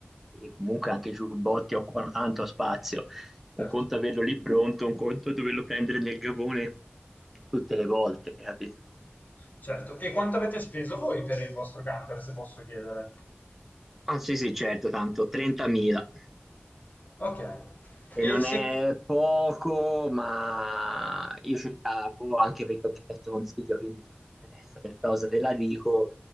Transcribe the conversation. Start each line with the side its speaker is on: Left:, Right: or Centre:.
Centre: e comunque anche i giubbotti occupano tanto spazio. Un
Left: certo,
Centre: conto averlo lì pronto, un conto doverlo prendere nel gavone tutte le volte, capito?
Left: certo. E quanto avete speso voi per il vostro camper, se posso chiedere?
Centre: Ah sì sì, certo, tanto 30.000.
Left: Ok.
Centre: E
Left: E
Centre: non
Left: se...
Centre: è poco, ma io cercavo, anche perché ho chiesto consiglio, quindi se ti interessa questa cosa te la dico,